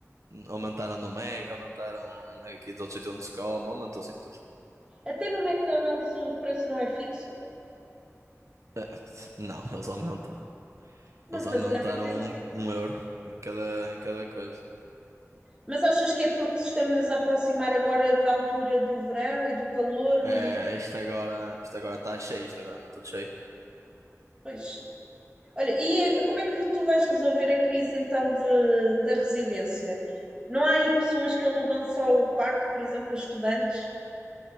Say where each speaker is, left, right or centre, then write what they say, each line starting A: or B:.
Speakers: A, on the right; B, on the right.
A: Aumentaram no Mac, aumentaram aqui dos outros sítios onde se come, aumentou assim tudo.
B: Até no McDonald's o preço não é fixo.
A: É, Não, eles aumentam.
B: Não
A: Eles
B: fazia
A: aumentaram
B: a mínima ideia.
A: um, um euro em cada, em cada coisa.
B: Mas achas que é porque estamos-nos a aproximar agora da altura do verão e do calor
A: É,
B: e
A: isto agora, isto agora está cheio, isto agora anda tudo cheio.
B: pois. Olha, e eh, como é que tu vais resolver a crise então de, da residência? Não há aí pessoas que alugam só o quarto, por exemplo, a estudantes?